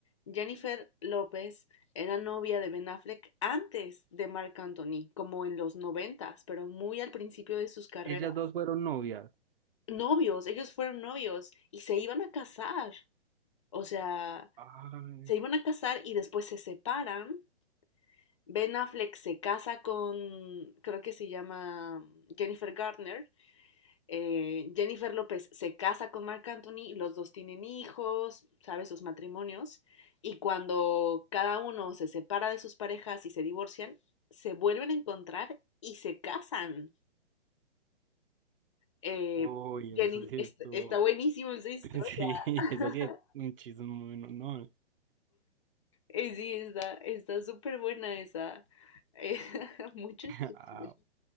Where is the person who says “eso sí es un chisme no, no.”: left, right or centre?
Right